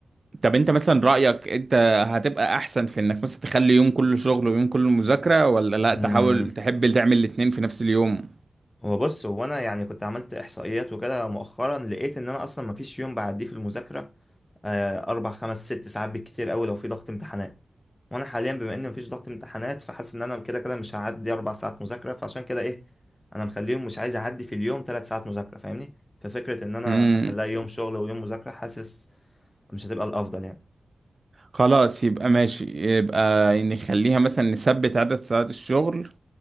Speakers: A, on the right; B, on the left.
A: طب انت مثلا رأيك انت هتبقى احسن في انك مثلا تخلي يوم كله شغل ويوم كله مذاكرة ولا لا
B: امم
A: تحاول تحب تعمل الاتنين في نفس اليوم
B: هو بص هو انا يعني كنت عملت احصائيات وكده مؤخرا لقيت ان انا اصلا ما فيش يوم بعديه في المذاكره آه، أربع خمس ست ساعات بالكتير أوي لو في ضغط امتحانات وأنا حاليا بما إن مفيش ضغط امتحانات فحاسس إن أنا كده كده مش هعدي أربع ساعات مذاكرة فعشان كده إيه أنا مخليهم مش عايز أعدي في اليوم تلات ساعات مذاكرة فاهمني ففكرة إن أنا
A: مم.
B: أخليها يوم شغل ويوم مذاكرة حاسس مش هتبقى الأفضل يعني
A: خلاص يبقى ماشي يبقى نخليها مثلا نثبت عدد ساعات الشغل